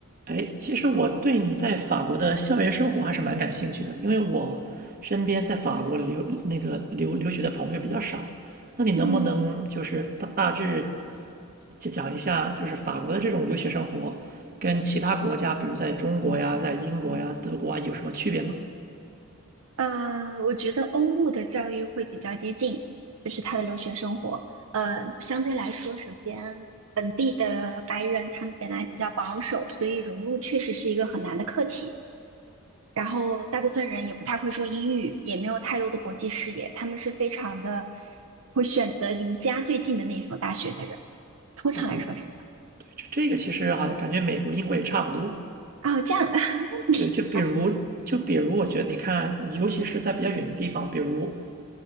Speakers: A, on the right (about 40°); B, on the right (about 70°).
A: 哎，其实我对你在法国的校园生活还是蛮感兴趣的，因为我身边在法国留那个留留学的朋友比较少。那你能不能就是大大致
B: 嗯，
A: 讲一下，就是法国的这种留学生活跟其他国家，比如在中国呀、在英国呀、德国啊，有什么区别吗？
B: 呃，我觉得欧陆的教育会比较接近，就是他的留学生活。呃，相对来说，首先本地的白人他们本来比较保守，所以融入确实是一个很难的课题。然后大部分人也不太会说英语，也没有太多的国际视野，他们是非常的会选择离家最近的那一所大学的人，通常来说是这样。
A: 哦，对，就这个其实好像感觉美国、英国也差不多。
B: 哦，这样，<laughs>
A: 对，就比如就比如，
B: 啊，
A: 我觉得你看，尤其是在比较远的地方，比如